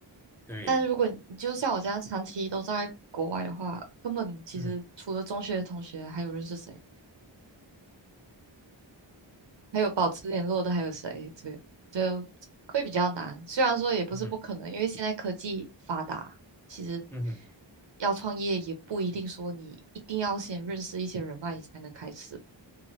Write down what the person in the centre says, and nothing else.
对，
嗯
嗯哼
嗯哼。